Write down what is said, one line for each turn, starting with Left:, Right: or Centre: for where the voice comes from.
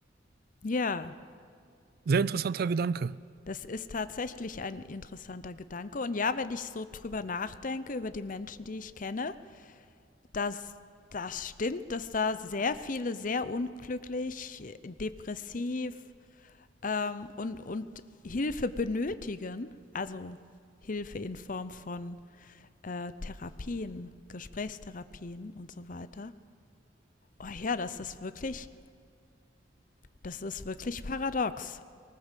Left: ja.
Right: Sehr interessanter Gedanke.
Left: Das ist tatsächlich ein interessanter Gedanke. Und ja, wenn ich so drüber nachdenke, über die Menschen, die ich kenne, dass das stimmt, dass da sehr viele sehr unglücklich, depressiv ähm, und, und Hilfe benötigen. Also Hilfe in Form von äh, Therapien, Gesprächstherapien und so weiter. Oh ja, das ist wirklich, das ist wirklich paradox.